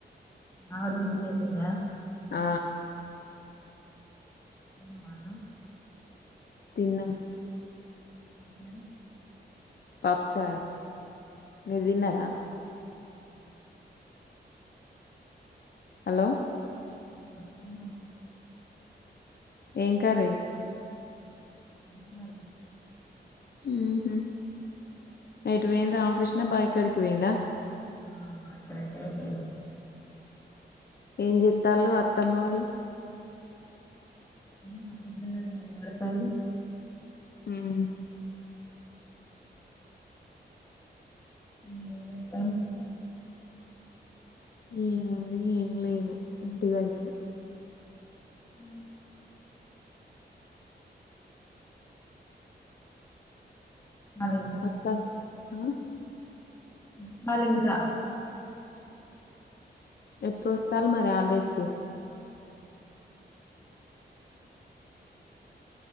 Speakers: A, on the left (about 15°); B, on the left (about 65°).
A: అ డ్యూటికెళ్ళిండా
B: ఆ
A: తిన్నవా అన్నం
B: తిన్నాం
A: హు సరే
B: పప్పుచారు మీరు తిన్నారా హలో
A: ఇంగ తిన్నాం
B: ఏం కర్రీ
A: బిగిచ్చినారు
B: హు హ్మ్ ఎటు వోయిన్ రామకృష్ణ బాయికాడకి పోయిండా
A: ఆ బాయికాడికే పోయిండు
B: ఏం చెత్తాళ్ళు అత్తమ్మ వాళ్ళు
A: మా కలు
B: ఉమ్
A: మీరేం చెత్తారు
B: ఏముంది ఏం లేదు ఇంటి దగ్గర
A: అ వాళ్ళు ఇంకా
B: అత్తా మ్మ్
A: చెప్పాలింకా
B: ఎప్పుడోస్తారు మరి హాలిడేస్ కి